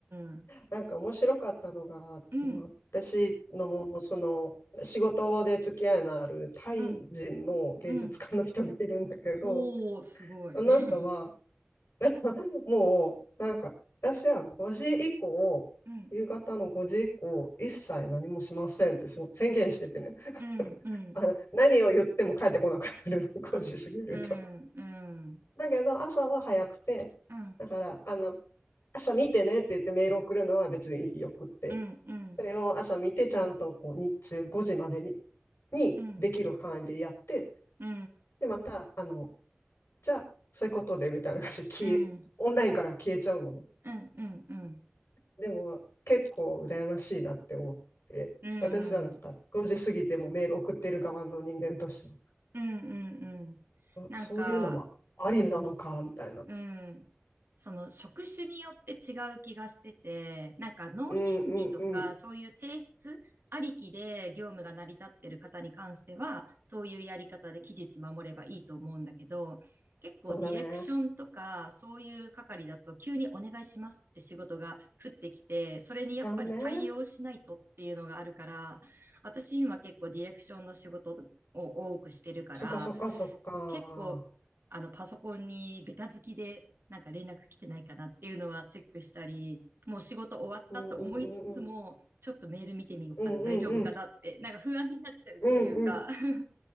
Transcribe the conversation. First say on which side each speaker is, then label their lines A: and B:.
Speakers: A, on the right; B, on the left.
A: ん。
B: なんか面白かったのが、
A: うん。
B: その私のその仕事で付き合いのあるタイ人の芸術家の人がいるんだけど、
A: うん。うん。ほう、すごい。
B: その人は
A: <laughs>
B: <laughs> もうなんか私は5時以降、
A: うん、
B: 夕方の5時以降、一切何もしませんって宣言しててね、
A: うん、うん。
B: あの何を言っても帰ってこなくなる、
A: あ、
B: 5時過ぎると。
A: うん、うん、
B: だけど朝は早くて、
A: うん、うん、
B: だからあの朝見てねって言ってメール送るのは別によくって。
A: うん、うん、
B: それを朝見て、ちゃんとこう日中5時までに、にできる範囲でやって、
A: うん、
B: で、また、あの、じゃあ、そういうことでみたいな感じで消え、
A: うん、うん、
B: オンラインから消えちゃうのね。
A: うん、うん、
B: でも、結構羨ましいなって思って、
A: うん、
B: 私はなんか5時過ぎてもメール送ってる側の人間としては、
A: うん、うん。
B: そそういうのもありなのか、
A: なんか、
B: みたいな。
A: うん。その職種によって違う気がしてて、なんか納品日とかそういう提出ありきで業務が成り立ってる方に関しては、
B: うんうんうん。
A: そういうやり方で期日守ればいいと思うんだけど、結構ディレクションとかそういう係だと急にお願いしますって仕事が降ってきて、
B: そうだね。
A: それにやっぱり対応しないとっていうのがあるから、
B: じゃあね。
A: 私今結構ディレクションの仕事を多くしてるから、
B: そっかそっかそっか。
A: 結構、あの、パソコンにベタ付きで、なんか連絡来てないかなっていうのはチェックしたり、もう仕事終わったと思いつつも、
B: うんうんうんうん。
A: ちょっとメール見てみようかな、
B: うんうんうん。
A: 大丈夫かなって、なんか不安になっちゃうっていうか、
B: うんうん
A: <laughs>